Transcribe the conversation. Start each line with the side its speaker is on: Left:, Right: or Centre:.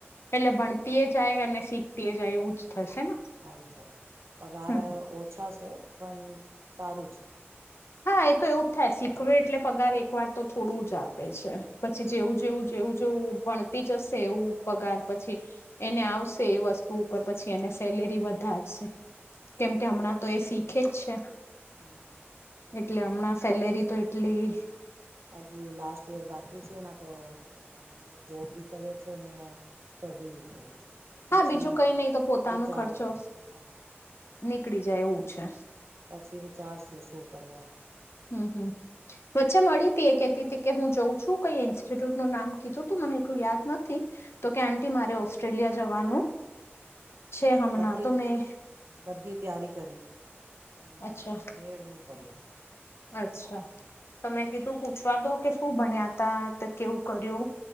Left: એટલે ભણતી એ જાય અને શીખતી જાય એવું જ થશે
Right: હા
Left: ને
Right: આય જાય છે પગાર
Left: હમ
Right: ઓછા છે પણ સારું છે.
Left: હા એ તો એવું જ થાય શીખવે એટલે પગાર એકવાર તો થોડું જ આપે છે.
Right: હમ
Left: પછી જેવું જેવું જેવું જેવું ભણતી જશે એવું પગાર પછી એને આવશે એ વસ્તુ ઉપર પછી એને સેલેરી વધારશે. કેમ કે અમના તો એ શીખે જ છે.
Right: હમ હવે
Left: એટલે
Right: એ
Left: હમણાં સેલેરી તો એટલી
Right: હજી લાસ્ટ યર બાકી છે એના તો બંને જોબ બી કરે છે ને સ્ટડી બી કરે છે. પછી
Left: હા બીજું કઈ નય તો પોતાનો
Right: વિચારે
Left: ખર્ચો
Right: હા
Left: નીકળી જાય એવું છે.
Right: પછી વિચાર શું શું કરવા
Left: હમ હમ. વચ્ચે મળી હતી એ કેતી હતી કે હું જાઉં છું કઈ ઇન્સ્ટિટ્યૂટનું નામ કીધું તું મને એટલું યાદ નથી. તો કે આંટી મારે ઓસ્ટ્રેલિયા જવાનું છે હમણાં
Right: બધી
Left: તો મેં
Right: બધી તૈયારી કરી હતી પણ
Left: અચ્છા
Right: મેળ નહી પડ્યો.
Left: અચ્છા તો મે કીધું પૂછવા દો કે શું ભણ્યા તા તો કેવું કર્યું?